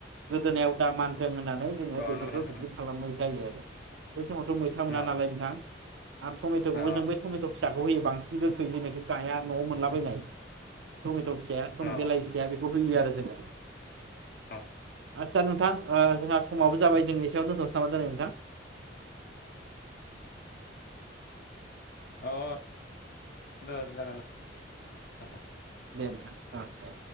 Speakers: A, on the right (about 75°); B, on the left (about 55°).
A: गोदोनायाव दा मानथों होननान नै जोङो
B: अ
A: बेफोरखौ
B: नंगौ नंगौ
A: बिदि खालामनाय जायो आरो। बै समावथ' मैथा मोना
B: अ
A: नालाय नोंथां। आरो टमेट'खौबो
B: अ
A: जों ब टमेट'सो फिसाखौ होयो बांसिन गोखै जेख गाया न'आव मोनलाबायनाय टमेट'स एदम
B: अ
A: बेलाइ फिसा बेखौ होयो आरो। जोङो।
B: अ।
A: आदसा नोंथां जोंहा समाबो जाबाय जोंनि सायाव दोन्थ'सै नामा दिनै नोंथां?
B: अद जागोन नोंथां।
A: दे नोंथां ओ दे।